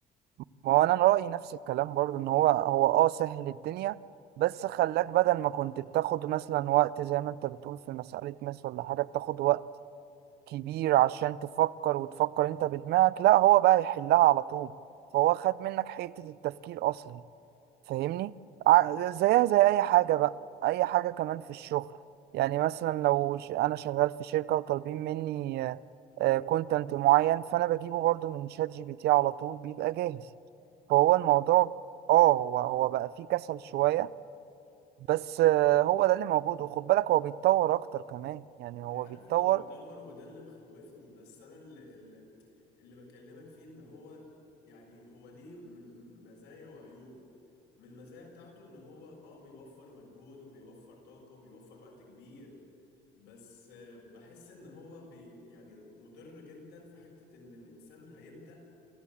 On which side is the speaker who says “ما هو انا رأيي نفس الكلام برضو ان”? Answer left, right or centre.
Right